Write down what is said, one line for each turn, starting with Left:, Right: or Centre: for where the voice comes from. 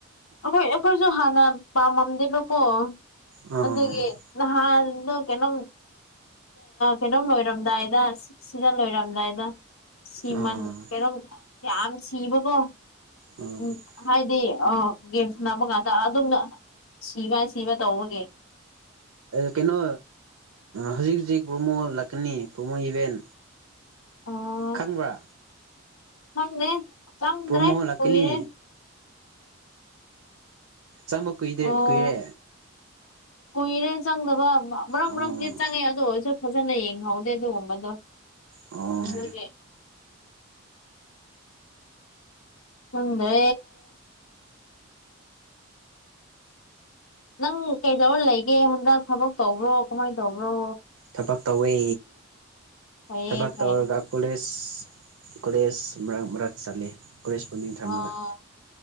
Left: ꯑꯩꯈꯣꯏ ꯑꯩꯈꯣꯏꯁꯨ ꯍꯥꯟꯅ ꯄꯥꯝꯃꯝꯗꯦꯕꯀꯣ
Right: ꯑꯥ
Left: ꯑꯗꯨꯒꯤ꯫ ꯅꯍꯥꯟ ꯗꯣ ꯀꯩꯅꯣꯝ꯫ ꯀꯩꯅꯣꯝ ꯂꯣꯏꯔꯝꯗꯥꯏꯗ ꯁꯤꯅ ꯂꯣꯏꯔꯝꯗꯥꯏꯗ꯫ ꯁꯤꯃꯟ
Right: ꯑꯥ
Left: ꯀꯩꯅꯣꯝ ꯌꯥꯝ ꯁꯤꯕꯀꯣ꯫
Right: ꯑꯥ
Left: ꯎꯝ ꯍꯥꯏꯗꯤ ꯑ ꯒꯦꯝꯁ ꯁꯥꯟꯅꯕ ꯀꯥꯟꯗ ꯑꯗꯨꯝꯅ꯫ ꯁꯤꯕ ꯁꯤꯕ ꯇꯧꯕꯒꯦ꯫
Right: ꯀꯩꯅꯣ ꯍꯧꯖꯤꯛ ꯍꯧꯖꯤꯛ ꯄ꯭ꯔꯣꯃꯣ ꯂꯥꯛꯀꯅꯤ ꯄ꯭ꯔꯣꯃꯣ ꯏꯚꯦꯟ꯫
Left: ꯑꯣ
Right: ꯈꯪꯕ꯭ꯔꯥ꯫
Left: ꯈꯪꯗꯦ ꯆꯪꯗ꯭ꯔꯦ
Right: ꯄ꯭ꯔꯣꯃꯣ ꯂꯥꯛꯀꯅꯤ
Left: ꯀꯨꯏꯔꯦ꯫
Right: ꯆꯪꯕ ꯀꯨꯏꯗ꯭ꯔꯦ
Left: ꯑꯣ
Right: ꯀꯨꯏꯔꯦ꯫
Left: ꯀꯨꯏꯔꯦ ꯆꯪꯗꯕ ꯃꯔꯛ
Right: ꯑꯣ
Left: ꯃꯔꯛꯇꯤ ꯆꯪꯉꯦ ꯑꯗꯨ ꯑꯣꯏꯁꯨ ꯐꯖꯅ ꯌꯦꯡꯍꯧꯗꯦ ꯑꯗꯨꯒꯨꯝꯕꯗꯣ
Right: ꯑꯣ
Left: <unintelligible> ꯈꯪꯗꯦ ꯅꯪ ꯀꯩꯗꯧꯔ ꯂꯩꯒꯦ ꯍꯟꯗꯛ ꯊꯕꯛ ꯇꯧꯕ꯭ꯔꯣ ꯀꯃꯥꯏ ꯇꯧꯕ꯭ꯔꯣ
Right: ꯊꯕꯛ ꯇꯧꯋꯦ
Left: ꯐꯩꯌꯦ
Right: ꯊꯕꯛ
Left: ꯐꯩꯌꯦ
Right: ꯇꯧꯔꯒ ꯀꯣꯂꯦꯖ ꯀꯣꯂꯦꯖ ꯃꯔꯛ ꯃꯔꯛ ꯆꯠꯂꯦ ꯀꯣꯔꯦꯁꯄꯣꯟꯗꯤꯡ ꯊꯝꯃꯒ
Left: ꯑꯣ